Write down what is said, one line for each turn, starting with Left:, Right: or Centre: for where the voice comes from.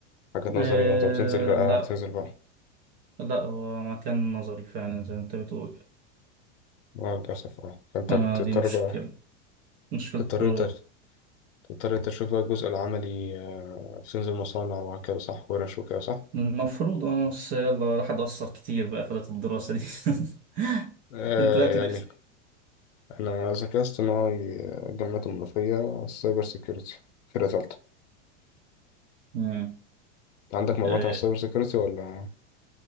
Left: حاجات نظرية
Right: آه،
Left: أنت بتنزل بقى
Right: لا
Left: تنزل بقى
Right: لا هو مكان نظري فعلا زي ما انت بتقول
Left: مع للأسف آه. فأنت
Right: آه،
Left: بتضطر
Right: دي مشكلة
Left: بقى
Right: مشكلته
Left: تضطر أنت تضطر أنت تشوف بقى الجزء العملي آه، بتنزل مصانع وهكذا صح ورش وكده صح
Right: المفروض اه بس يلا راح اتأثر كتير بقى في فترة الدراسة دي <laughs>
Left: آه
Right: انت بقى
Left: يعني
Right: بتدرس ايه؟
Left: أنا ذكاء اصطناعي آه، الجامعات المنوفية سايبر سيكيورتي فرقة تالتة
Right: مم.
Left: عندك معلومات
Right: آه،
Left: عن السايبر سيكيورتي ولا